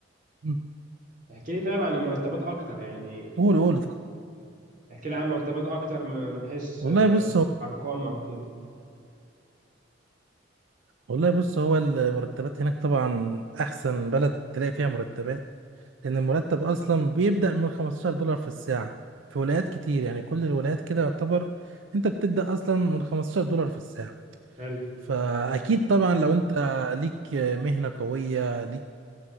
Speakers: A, on the right (about 80°); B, on the right (about 45°).
A: مم.
B: احكي لي طيب عن المرتبات اكتر يعني
A: قول قول
B: احكي لي عن مرتبات اكتر م- من حيث
A: والله
B: آه،
A: بص هو
B: ارقام او كده
A: والله بص هو المرتبات هناك طبعا احسن بلد تلاقي فيها مرتبات لان المرتب اصلا بيبدأ من 15 دولار في الساعة في ولايات كتير يعني كل الولايات كده يعتبر انت بتبدأ اصلا من 15 دولار في الساعة
B: حلو
A: فأكيد طبعا لو أنت ليك مهنة قوية ليك